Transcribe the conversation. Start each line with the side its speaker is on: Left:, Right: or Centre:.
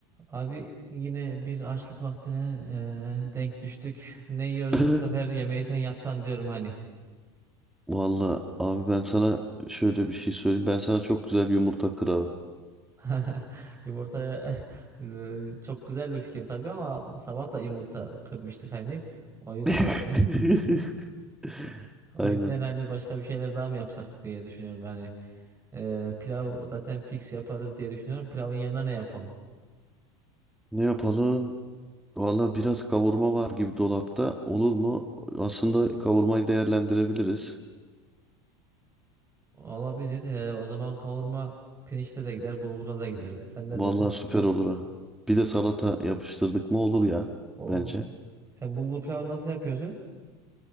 Right: Abi yine bir açlık vaktine eee, denk düştük. Ne yiyoruz
Centre: <laughs>
Right: bu sefer yemeği sen yapsan diyorum hani.
Centre: Valla abi ben sana şöyle bir şey söyleyeyim. Ben sana çok güzel yumurta kırarım.
Right: <laughs> Yumurtaya <laughs> eee, çok güzel bir fikir tabii ama sabah da yumurta kırmıştık hani. O yüzden
Centre: <laughs> Aynen.
Right: o yüzden hani başka bir şeyler daha mı yapsak diye düşünüyorum. Yani eee, pilav zaten fix yaparız diye düşünüyorum. Pilavın yanına ne yapalım?
Centre: Ne yapalım? Valla biraz kavurma var gibi dolapta. Olur mu? Aslında kavurmayı değerlendirebiliriz.
Right: Olabilir. Eee, o zaman kavurma pirinçte de gider, bulgura da gider. Sen ne
Centre: Valla
Right: dersin? Yani
Centre: süper
Right: bu,
Centre: olur ha. Bir de salata yapıştırdık mı olur ya
Right: o,
Centre: bence.
Right: sen bulgur pilavını nasıl yapıyorsun?